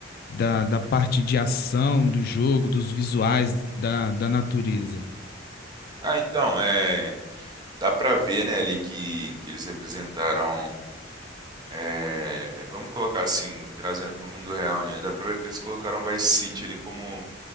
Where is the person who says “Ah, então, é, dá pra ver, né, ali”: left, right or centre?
Right